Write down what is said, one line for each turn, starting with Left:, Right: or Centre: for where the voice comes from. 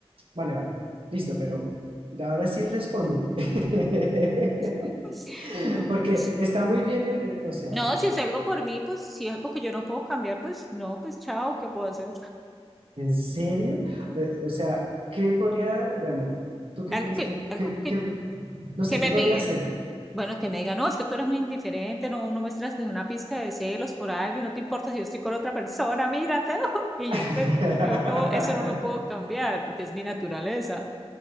Right: vale, vale, listo, pero ahora sí respóndeme. <laughs>
Centre: <laughs> No,
Right: Porque
Centre: pues,
Right: está muy bien, eh, eh, o sea,
Centre: no,
Right: lo que
Centre: si es algo por mí, pues si es algo que yo no puedo cambiar, pues no, pues chao, ¿qué puedo hacer?
Right: ¿En serio? Eh, O sea, ¿qué podría, ah, no, ¿tú qué
Centre: Algo
Right: crees
Centre: que,
Right: que,
Centre: algo
Right: que-
Centre: que,
Right: que- no sé,
Centre: que me
Right: qué podría
Centre: pide,
Right: hacer?
Centre: Bueno, que me diga, no, es que tú eres muy indiferente, no, no muestras ni una pizca de celos por alguien, no te importa si yo estoy con otra persona, mírate. <laughs> Y
Right: <laughs>
Centre: yo, pues, yo no, eso no lo puedo cambiar porque es mi naturaleza.